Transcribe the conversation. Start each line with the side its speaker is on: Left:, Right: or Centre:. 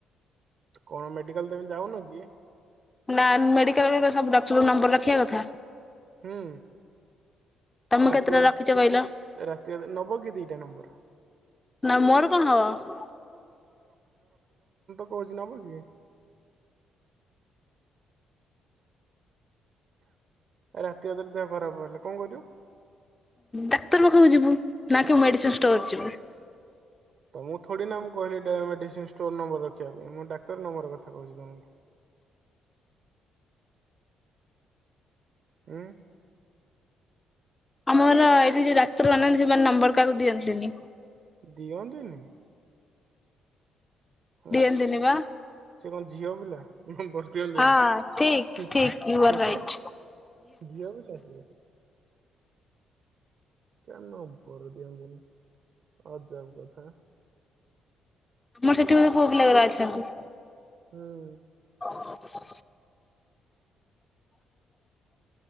Right: କଣ ମେଡିକାଲମ ଯାଉନ କି?
Left: ନା ମେଡିକାଲ ସବୁ ଡକ୍ଟର ନମ୍ବର ରଖିବା କଥା?
Right: ହୁଁ।
Left: ତମେ କେତେଟା
Right: ରାତି
Left: ରଖିଛ କହିଲ
Right: ରାତି ନବ କି ଦିଟା ନମ୍ବର?
Left: ନା ମୋର କଣ ହବ।
Right: ହଛି ନବ କି ରାତି ଅଦରେ ଦେହ ଖରାପ ହେଲେ କଣ କରିବ?
Left: ଡାକ୍ତର ପାଖକୁ ଯିବୁ ନା କେ ମେଡିସିନ ଷ୍ଟୋର ଯିବୁ।
Right: ତ ମୁଁ ଥଡି ନା ମୁଁ କିଲ ମେଡିସିନଷ୍ଟୋର ନମ୍ବର ରଖିବା ପାଇଁ ମୁଁ ତର ନମ୍ବର କଥା କହୁଛି ତମକୁ। ହ।
Left: ଆମର ଏଇଠି ଯୋଉ ଡାକ୍ତର ଅନାହାନ୍ତି ସେମାନେ ନମ୍ବର କାହାକୁ ଦିଅନ୍ତିନି।
Right: ଦିଅନ୍ତୁନି? ହଁ,
Left: ଦିଅନ୍ତିନି ବା।
Right: ସିଏ କଣ ଝିଅ ପିଲା? ନମ୍ବର ଦିଆନ୍ତୁନି,
Left: ହଁ ଠିକ
Right: ହୁଁ,
Left: ଠିକ ୟୁ ଆର୍
Right: ହେଁହେଁ।
Left: ରାଇଟ୍।
Right: ଝିଅ ପିଲା ସେ। କିଆ ନମ୍ବର ଦିଅନ୍ତିନି ଅଜବ କଥା।
Left: ଆମର ସେଠି ବୋଧେ ପୁଅ ପିଲା ଗୁଡା ଅଛନ୍ତି।
Right: ହୁଁ।
Left: ହ ଭଲ।